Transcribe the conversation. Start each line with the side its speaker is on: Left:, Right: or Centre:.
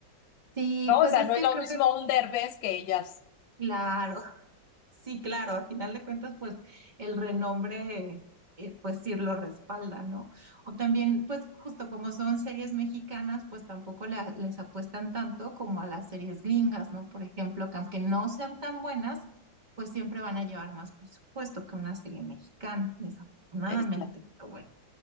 Right: Sí,
Left: ¿no? O
Right: pues
Left: sea,
Right: es
Left: no
Right: que
Left: es lo
Right: creo
Left: mismo
Right: que,
Left: un Derbez que ellas.
Right: claro, <laughs> sí, claro, a final de cuentas, pues el renombre, eh, pues sí lo respalda, ¿no? O también, pues justo como son series mexicanas, pues tampoco la- les apuestan tanto como a las series gringas, ¿no? Por ejemplo, que aunque no sean tan buenas, pues siempre van a llevar más presupuesto que una serie mexicana, desafortunadamente,
Left: Este,
Right: pero bueno,